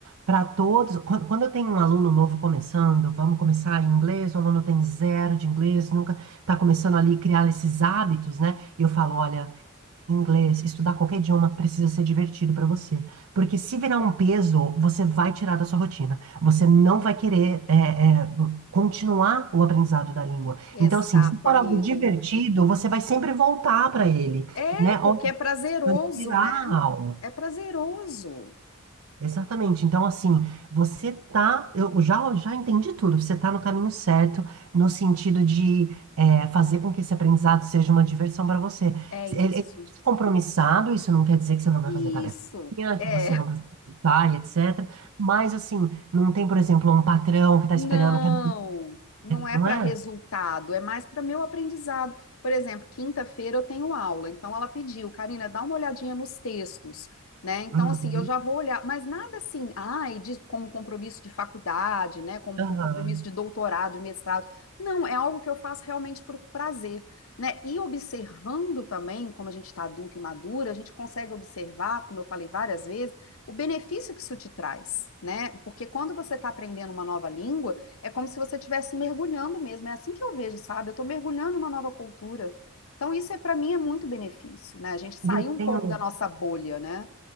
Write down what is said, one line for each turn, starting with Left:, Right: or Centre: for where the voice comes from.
Right: para todos. Quando, quando eu tenho um aluno novo começando, vamos começar em inglês, o aluno tem zero de inglês, nunca está começando ali a criar esses hábitos, né? E eu falo, olha, inglês, estudar qualquer idioma precisa ser divertido para você, porque se virar um peso, você vai tirar da sua rotina. Você não vai querer é, é, continuar o aprendizado da língua.
Left: Exato,
Right: Então, assim, se for
Left: amiga.
Right: algo divertido, você vai sempre voltar para ele,
Left: É,
Right: né?
Left: porque
Right: Ó,
Left: é prazeroso,
Right: vai tirar
Left: né?
Right: a aula.
Left: É prazeroso.
Right: Exatamente. Então, assim, você tá. Eu já, já entendi tudo. Você tá no caminho certo, no sentido de é, fazer com que esse aprendizado seja uma diversão para você.
Left: É isso.
Right: Ele ele é compromissado, isso não quer dizer que você não vai
Left: Isso.
Right: fazer tarefinha,
Left: É.
Right: que você não vai se exercitar e etc. Mas, assim, não tem, por exemplo, um patrão que tá
Left: Não,
Right: esperando que a
Left: não é
Right: não
Left: para
Right: é?
Left: resultado, é mais para meu aprendizado. Por exemplo, quinta-feira eu tenho aula, então ela pediu, Karina, dá uma olhadinha nos textos, né? Então,
Right: Uhum.
Left: assim, eu já vou olhar, mas nada assim, ai, de, como compromisso de faculdade, né? Como
Right: Aham.
Left: co- compromisso de doutorado, de mestrado. Não, é algo que eu faço realmente por prazer, né? E observando também, como a gente está adulta e madura, a gente consegue observar, como eu falei várias vezes o benefício que isso te traz, né? Porque quando você está aprendendo uma nova língua, é como se você estivesse mergulhando mesmo. É assim que eu vejo, sabe? Eu estou mergulhando em uma nova cultura. Então, isso é para mim é muito benefício, né? A gente sair
Right: E eu
Left: um
Right: tenho.
Left: pouco da nossa bolha, né?